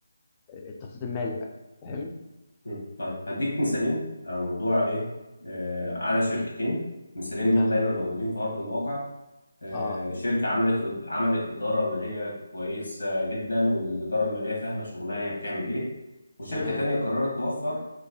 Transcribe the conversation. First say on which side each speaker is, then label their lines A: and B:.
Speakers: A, on the left; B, on the left.
A: التخطيط المالي يعني فاهم
B: مم. طيب هديك مثالين على موضوع ايه آه على شركتين المثالين دول
A: فتمام
B: دايما موجودين في ارض الواقع آه
A: اه
B: شركه عملت عملت اداره ماليه كويسه جدا والاداره الماليه فاهمه شغلها هي بتعمل ايه وشركه
A: تمام
B: تانية قررت توفر